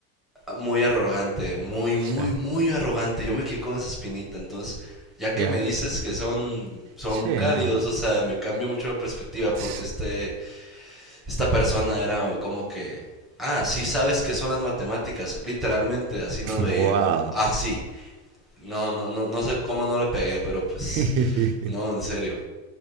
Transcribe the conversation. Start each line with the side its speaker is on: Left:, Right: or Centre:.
Centre: muy arrogante, muy,
Right: sí,
Centre: muy, muy arrogante. Yo me quedé con esa espinita. Entonces, ya que
Right: ya,
Centre: me dices que son, son
Right: Sí,
Centre: cálidos,
Right: no.
Centre: o sea, me cambia mucho la perspectiva porque
Right: <laughs>
Centre: este, esta persona era como que, ah, sí sabes qué son las matemáticas. Literalmente, así nos veía.
Right: ¡Wow!
Centre: Así. No, no, no, no sé cómo no le pegué, pero pues,
Right: <laughs>
Centre: no, en serio.